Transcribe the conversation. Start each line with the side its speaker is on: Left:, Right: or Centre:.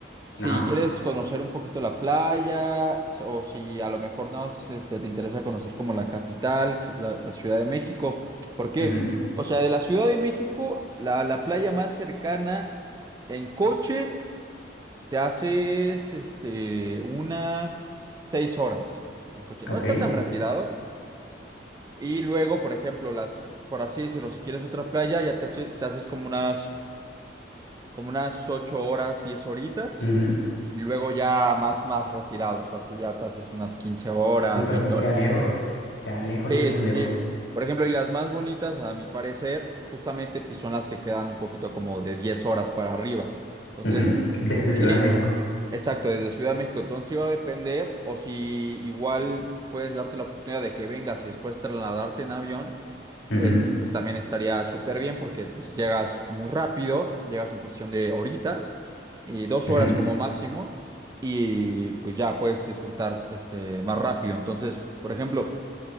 Right: si
Left: Ajá.
Right: quieres conocer un poquito la playa s- o si a lo mejor no te interesa conocer como la capital, que es la, la Ciudad de México. ¿Por qué?
Left: ujú,
Right: O sea, de la Ciudad de México, la, la playa más cercana en coche. Te haces este, unas seis horas en coche. No
Left: Ok.
Right: está tan retirado. Y luego, por ejemplo, las, por así decirlo, si quieres otra playa, ya te, eche- te haces como unas, como unas ocho horas, diez horitas.
Left: ujú.
Right: Y luego ya más, más retirados. Así ya te haces unas 15 horas,
Left: Uy, pero
Right: 20
Left: sí
Right: horas.
Left: queda lejos. Queda lejos,
Right: Sí,
Left: lejos,
Right: sí,
Left: lejos.
Right: sí. Por ejemplo, y las más bonitas, a mi parecer, justamente pues, son las que quedan un poquito como de 10 horas para arriba. Entonces,
Left: ujú, Desde
Right: sí,
Left: Ciudad de México.
Right: exacto, desde Ciudad de México. Entonces, sí va a depender, o si igual puedes darte la oportunidad de que vengas y después trasladarte en avión,
Left: ujú,
Right: este, pues también estaría súper bien porque pues, llegas muy rápido, llegas en cuestión de horitas y dos
Left: ujú,
Right: horas como máximo, y pues ya puedes disfrutar este, más rápido. Entonces, por ejemplo.